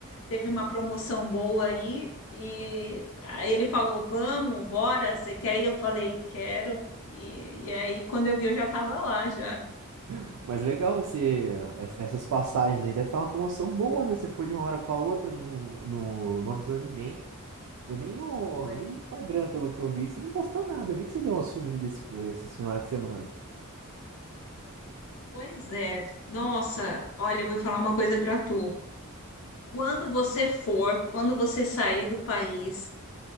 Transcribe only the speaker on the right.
<laughs> Mas legal você. ess- Essas passagens aí deve estar uma promoção boa, né? Você foi de uma hora pra outra, não, não, não avisou ninguém. Eu nem no,
nem no Instagram, pelo que eu vi, você não postou nada. Eu vi que você deu uma sumida esse- esses finais de semana.